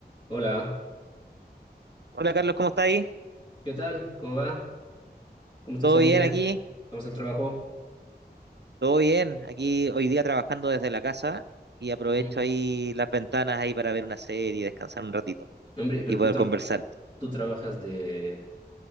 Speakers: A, on the left (about 30°); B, on the right (about 80°).
A: Hola,
B: Hola Carlos, ¿cómo está ahí?
A: ¿qué tal? ¿Cómo va? ¿Cómo está
B: ¿Todo
A: esa vida?
B: bien aquí?
A: ¿Cómo está el trabajo?
B: Todo bien. Aquí hoy día trabajando desde la casa y aprovecho
A: Ujú.
B: ahí las ventanas ahí para ver una serie, descansar un ratito
A: No, Hombre, pero
B: y poder
A: tú, tra-
B: conversar.
A: tú trabajas de,